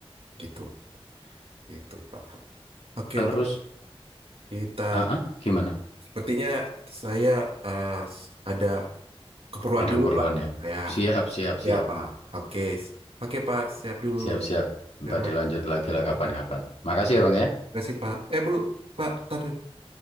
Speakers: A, on the right; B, on the left.
A: gitu. Gitu Pak. Oke
B: Terus,
A: Pak. Kita
B: ah, ah, gimana?
A: sepertinya saya eh, ada keperluan
B: Ada
A: dulu
B: keperluan
A: Pak.
B: ya?
A: Ya.
B: Siap, siap, siap.
A: Ya, Pak. Oke. Oke, Pak. Siap dulu.
B: Siap, siap.
A: Siap,
B: Ntar
A: Mas.
B: dilanjut lagi lah kapan-kapan.
A: Ya,
B: Makasih ya,
A: ya.
B: Bang ya.
A: Terima kasih, Pak. Eh, dulu. Pak, taruh.